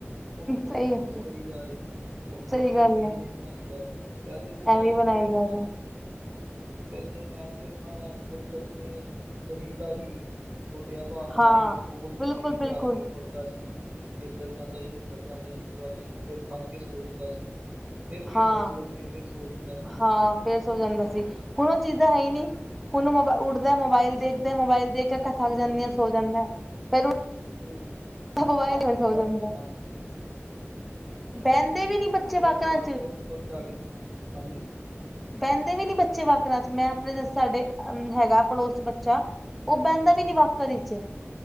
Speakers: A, on the right; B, in the centre.
A: ਉਹ ਵੀ ਕੁਛ
B: ਸਹੀ
A: ਨਾ
B: ਗੱਲ
A: ਕੁਛ ਕਰੀ ਜਾ ਰਹੇ ਨੇ ਫਿਰ ਉਹ ਵੀ
B: ਸਹੀ
A: ਬੱਚਿਆਂ
B: ਗੱਲ
A: ਨੂੰ ਵੀ
B: ਹੈ
A: ਐਵੇਂ ਹੀ ਬਣਾਈ ਜਾ ਰ ਪਲੇ ਦੇ ਟਾਈਮ
B: ਐਵੇਂ ਬਣਾਏ
A: ਤੇ ਤੇ ਆਪਣਾ
B: ਜਾ ਰਹੇ ਨੇ <unintelligible>
A: ਪੇਲੇ ਟਾਈਮ ਤੇ ਆਪਣਾ ਬੱਚਾ ਜਿਵੇਂ ਰਿੜਦਾ ਸੀ ਗੋਡਿਆ ਭਾਰ ਹੁੰਦਾ
B: ਹਾਂ
A: ਸੀ ਉਹ ਬੋਲ ਦਿੰਦੇ
B: ਬਿਲਕੁਲ
A: ਸੀ ਲਿਆ
B: ਬਿਲਕੁਲ
A: ਕੇ ਉਹ ਫੜਦਾ ਸੀ ਇੱਧਰ ਜਾਂਦਾ ਸੀ ਉੱਧਰ ਜਾਂਦਾ ਸੀ ਪੂਰਾ ਦਿਨ ਫਿਰ ਥੱਕ ਕੇ ਸੋ ਜਾਂਦਾ ਸੀ ਫੇਰ ਖੇਡਦਾ
B: ਹਾਂ
A: ਸੀ ਉੱਠ ਕੇ ਫੇਰ ਸੋ ਜਾਂਦਾ ਸੀ
B: ਹਾਂ ਫੇਰ ਸੋ ਜਾਂਦਾ ਸੀ ਹੁਣ ਉਹ ਚੀਜ਼ਾਂ ਹੈ ਹੀ ਨਹੀ ਉਹਨੂੰ ਮੋਬ ਉੱਡਦਾ
A: ਹਮ,
B: ਮੋਬਾਇਲ ਦੇਖਦਾ ਮੋਬਾਇਲ ਦੇਖ ਅੱਖਾਂ ਥੱਕ
A: ਫਿਰ
B: ਜਾਂਦੀਆਂ
A: ਉਹਨੂੰ
B: ਸੋ ਜਾਂਦਾ ਫਿਰ <unintelligible>
A: ਜੀ ਜੀ ਫਿਰ
B: ਮੋਬਾਈਲ
A: ਵਾਕਰ
B: ਦਿਓ ਫਿਰ
A: ਲਿਆ
B: ਸੋ ਜਾਂਦਾ
A: ਕੇ ਦੇਣਾ
B: <unintelligible>
A: ਹਾਂਜੀ
B: ਬਹਿੰਦੇ ਵੀ ਨੀ ਬੱਚੇ
A: ਫਿਰ
B: ਵਾਕਰਾਂ
A: ਉਹਨੂੰ ਵਾਕਰ
B: ਚ
A: ਵੁਕਰ ਲਿਆ ਕੇ ਦੇਣਾ ਹਾਂਜੀ
B: ਬਹਿੰਦੇ ਵੀ ਨੀ ਬੱਚੇ ਵਾਕਰਾਂ ਚ ਮੈਂ ਆਪਣੇ ਸਾਡੇ ਅ ਹੈਗਾ ਪੜੋਸ ਬੱਚਾ ਉਹ ਬਹਿੰਦਾ ਵੀ ਨੀ ਵਾਕਰ ਵਿਚ